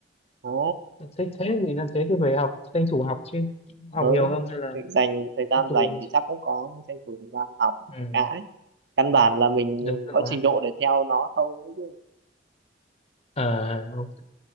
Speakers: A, on the right (about 65°); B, on the left (about 35°).
A: đấy
B: thích thế thì là thế thì phải học tranh thủ học chứ học
A: ừ.
B: nhiều không hay là
A: Thì dành thời gian
B: cũng tùy
A: dành
B: em.
A: thì chắc cũng có tranh thủ thời gian học
B: ừ,
A: mấy cái căn bản là mình
B: đúng rồi
A: có trình độ để theo nó không ấy chứ
B: à ok